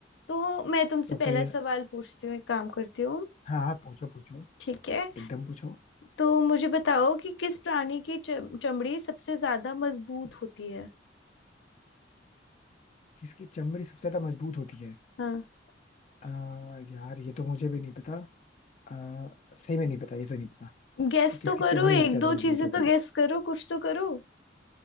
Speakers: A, on the left; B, on the left.
A: तो मैं तुमसे
B: तो
A: पहला
B: फिर
A: सवाल पूछती हूँ एक काम करती हूँ
B: हाँ आप पूछो पूछो
A: ठीक है
B: एकदम पूछो
A: तो मुझे बताओ कि किस प्राणी की चम- चमड़ी सबसे ज्यादा मजबूत होती है
B: किसकी चमड़ी सबसे ज्यादा मजबूत होती है
A: हाँ
B: आ, यार ये तो मुझे भी नहीं पता आ, सही में नहीं पता ये तो नहीं पता
A: गैस
B: कि किसकी
A: तो करो
B: चमड़ी
A: एक
B: सबसे ज्यादा
A: दो
B: मजबूत
A: चीजें
B: होती
A: तो गैस
B: है
A: करो कुछ तो करो